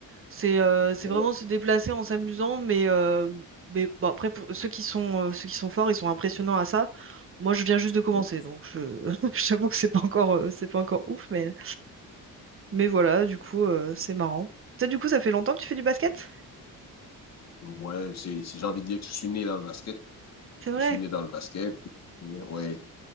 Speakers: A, on the right; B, on the left.
A: C'est euh, c'est
B: ouais,
A: vraiment se déplacer en s'amusant, mais, euh, mais bon, après, pour ceux qui sont, euh, ceux qui sont forts, ils sont impressionnants à ça. Moi, je viens juste de commencer,
B: ouais, c'est ça.
A: donc je <laughs> j'avoue que c'est pas encore, euh, c'est pas encore ouf, mais, mais voilà, du coup, euh, c'est marrant. Ça, du coup, ça fait longtemps que tu fais du basket?
B: Ouais, c'est, si j'ai envie de dire que je suis né dans le basket,
A: C'est vrai?
B: je suis né dans le basket. Ouais,